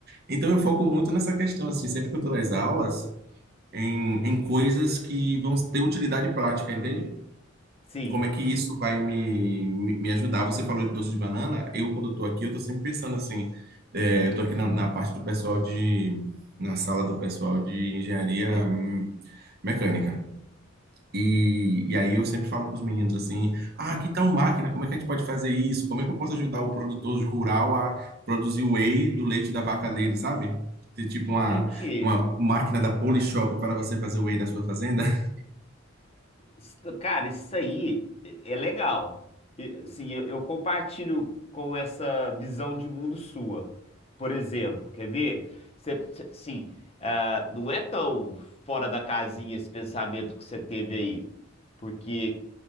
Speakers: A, on the right; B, on the left.
A: Então, eu foco muito nessa questão, assim, sempre que eu estou nas aulas, em, em coisas que vão ter utilidade prática, entende?
B: Sim.
A: Como é que isso vai me, me me ajudar? Você falou de doce de banana. Eu, quando estou aqui, eu estou sempre pensando assim. é, eu estou aqui na, na parte do pessoal de, na sala do pessoal de engenharia hum, mecânica. E, e aí eu sempre falo com os meninos assim: ah, que tal máquina? Como é que a gente pode fazer isso? Como é que eu posso ajudar o produtor rural a produzir o whey do leite da vaca dele, sabe? Ter tipo
B: Entendi.
A: uma, uma máquina da Polishop para você fazer o whey na sua fazenda? <laughs>
B: Isso- Cara, isso aí é é legal. E, Assim, eu, eu compartilho com essa visão de mundo sua. Por exemplo, quer ver? Você, você- assim, ah, não é tão fora da casinha esse pensamento que você teve aí. Porque